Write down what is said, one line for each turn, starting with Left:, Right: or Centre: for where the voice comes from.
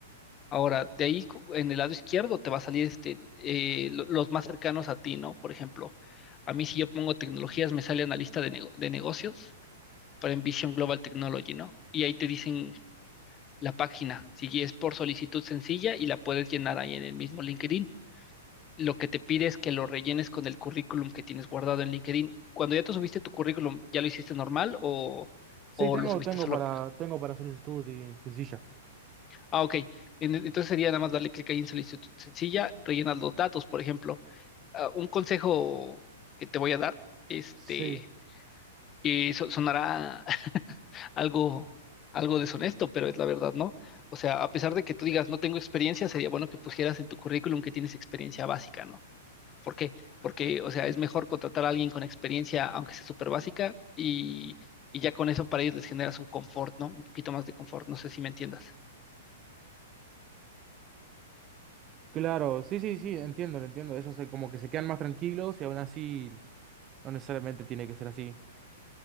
Left: Ahora, de ahí cu- en el lado izquierdo te va a salir este, eh, lo- los más cercanos a ti, ¿no? Por ejemplo, a mí si yo pongo tecnologías, me sale analista de, nego- de negocios para Envision Global Technology, ¿no? Y ahí te dicen la página. Si es por solicitud sencilla y la puedes llenar ahí en el mismo LinkedIn. Lo que te pide es que lo rellenes con el currículum que tienes guardado en LinkedIn. Cuando ya te subiste tu currículum, ¿ya lo hiciste normal o,
Right: Sí,
Left: o
Right: tengo,
Left: lo subiste
Right: tengo
Left: solo?
Right: para, tengo para solicitud y sencilla.
Left: Ah, ok. En- Entonces sería nada más darle clic ahí en solicitud sencilla, rellenas los datos, por ejemplo. Ah, un consejo que te voy a dar, este,
Right: Sí,
Left: que so- sonará algo, algo deshonesto, pero es la verdad, ¿no? O sea, a pesar de que tú digas, no tengo experiencia, sería bueno que pusieras en tu currículum que tienes experiencia básica, ¿no? ¿Por qué? Porque, o sea, es mejor contratar a alguien con experiencia, aunque sea súper básica, y, y ya con eso para ellos les generas un confort, ¿no? Un poquito más de confort, no sé si me entiendas.
Right: claro. Sí, sí, sí, entiendo, lo entiendo. Ellos se- como que se quedan más tranquilos y aún así no necesariamente tiene que ser así.